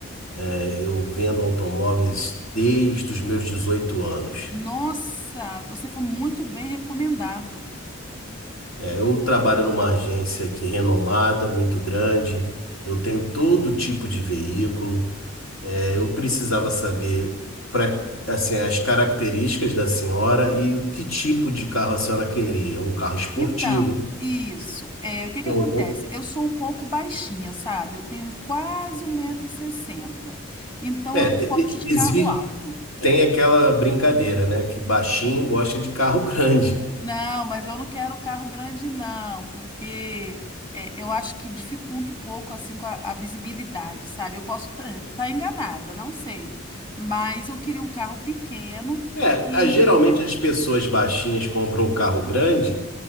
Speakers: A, on the left (about 75°); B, on the left (about 25°).
A: é, eu vendo automóveis desde os meus 18 anos.
B: Nossa, você foi muito bem recomendado.
A: É, eu trabalho numa agência aqui renomada, muito grande, eu tenho todo tipo de veículo, É, eu precisava saber pra, assim, as características da senhora e o que tipo de carro a senhora queria. Um carro esportivo.
B: Então, isso. É, o que que
A: Ou-
B: acontece? Eu sou um pouco baixinha, sabe? Eu tenho quase um metro e sessenta. Então,
A: É,
B: eu não
A: te-
B: gosto de
A: existe,
B: carro alto.
A: tem aquela brincadeira, né? Que baixinho gosta de carro <laughs> grande.
B: Não, mas eu não quero carro grande, não, porque é, eu acho que dificulta um pouco assim com a, a visibilidade, sabe? Eu posso estar enganada, não sei. Mas eu queria um carro pequeno
A: É,
B: e.
A: a- geralmente as pessoas baixinhas compram um carro grande